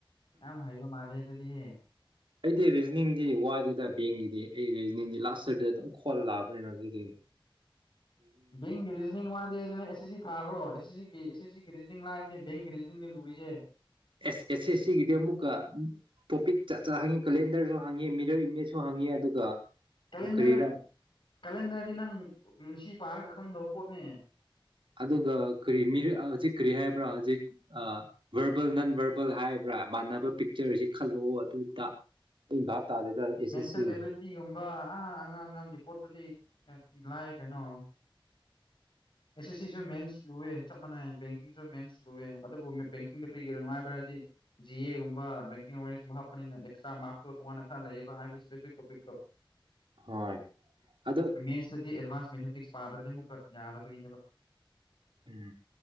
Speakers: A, on the left; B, on the right.
A: ꯑ ꯍꯥꯏꯌꯌꯣ ꯃꯥꯗꯦꯗꯗꯤꯌꯦ
B: ꯑꯩꯗꯤ ꯔꯤꯖꯅꯤꯡꯗꯤ ꯋꯥꯏꯗꯦꯗ ꯕꯦꯡꯒꯤꯗꯤ ꯑꯩ ꯔꯤꯖꯅꯤꯡꯗꯤ ꯂꯥꯁ ꯌꯔꯗ ꯑꯗꯨꯝ ꯈꯣꯜꯂ ꯂꯥꯛꯑꯕꯅꯤꯅ ꯍꯧꯖꯤꯛꯛꯇ
A: <unintelligible> ꯡꯔꯤ ꯃꯥꯁ ꯑꯦ ꯁꯤ ꯊꯥꯈ꯭ꯔꯣ ꯑꯦ ꯑꯦ ꯑꯦꯁ ꯑꯦꯁ ꯁꯤꯒꯤ ꯔꯤꯖꯅꯤꯡ ꯂꯥꯛꯏꯕꯅꯦ ꯕꯦꯡꯒꯤ ꯔꯤꯖꯅꯤꯡꯅꯦ ꯂꯨꯔꯤꯁꯦ
B: ꯑꯦꯁ ꯑꯦꯁ ꯑꯦꯁ ꯁꯤꯒꯤꯗꯤ ꯑꯃꯨꯛꯀ ꯇꯣꯄꯤꯛ ꯆ ꯆ ꯍꯪꯉꯤ ꯀꯦꯂꯦꯟꯗꯔꯁꯨ ꯍꯪꯉꯤ ꯃꯤꯗꯔ ꯏꯃꯦꯖꯁꯨ ꯍꯪꯉꯦ ꯑꯗꯨꯒ
A: ꯀꯦꯂꯦꯟꯗꯔ
B: ꯀꯔꯤꯔꯥ
A: ꯀꯦꯂꯦꯟꯗꯔꯗꯤ ꯅꯪ ꯉꯁꯤ ꯄꯥꯔꯒ ꯈꯪꯗꯧ ꯄꯠꯅꯤ
B: ꯑꯗꯨꯒ ꯀꯔꯤ ꯍꯧꯖꯤꯛ ꯀꯔꯤ ꯍꯥꯏꯕ꯭ꯔꯥ ꯍꯧꯖꯤꯛ ꯚꯔꯕꯜ ꯅꯟ ꯚꯔꯕꯜ ꯍꯥꯏꯕ꯭ꯔꯥ ꯃꯥꯟꯅꯕ ꯄꯤꯛꯆꯔꯁꯤ ꯈꯜꯂꯛꯑꯣ ꯑꯗꯨꯗ ꯑꯩ ꯚꯥꯞ ꯇꯥꯗꯦꯗ ꯑꯦꯁ ꯑꯦꯁ
A: ꯃꯦꯟꯇꯦꯜ
B: ꯁꯤꯒꯤꯗꯤ
A: ꯑꯦꯕꯤꯂꯤꯇꯤꯒꯨꯝꯕ ꯑ ꯑꯉꯥꯡ ꯑꯉꯥꯡꯒꯤ ꯄꯣꯠꯇꯨꯗꯤ ꯂꯥꯏ ꯀꯩꯅꯣ ꯑꯦꯁ ꯑꯦꯁ ꯁꯤꯁꯨ ꯃꯦꯟꯁ ꯂꯨꯋꯦ ꯆꯞ ꯃꯥꯟꯅꯩ ꯕꯦꯡꯀꯤꯡꯁꯨ ꯃꯦꯟꯁ ꯂꯨꯋꯦ ꯑꯗꯨꯕꯨ ꯕꯦꯡꯀꯤꯡꯗ ꯀꯔꯤꯒꯤꯣ ꯅꯨꯡꯉꯥꯏꯕ ꯍꯥꯏꯔꯗꯤ ꯖꯤ ꯑꯦꯒꯨꯝꯕ ꯕꯦꯡꯀꯤꯡ ꯑꯦꯋꯦꯔꯅꯦꯁꯀꯨꯝꯕ ꯍꯥꯞꯄꯅꯤꯅ ꯑꯦꯛꯁꯇ꯭ꯔꯥ ꯃꯥꯔꯇꯣ ꯇꯣꯉꯥꯟꯅ ꯈꯔ ꯂꯩꯌꯦꯕ ꯍꯥꯏꯕꯗꯤ ꯏꯁꯄꯦꯁꯤꯐꯤꯛ ꯇꯣꯄꯤꯛꯇꯣ
B: ꯍꯣꯏ ꯑꯗꯣ
A: ꯃꯁ ꯑꯦꯚꯥꯟꯁ ꯃꯦꯊꯃꯦꯇꯤꯁ ꯄꯥꯗ꯭ꯔ ꯃꯨꯀ ꯌꯥꯗꯕꯤ
B: ꯎꯝ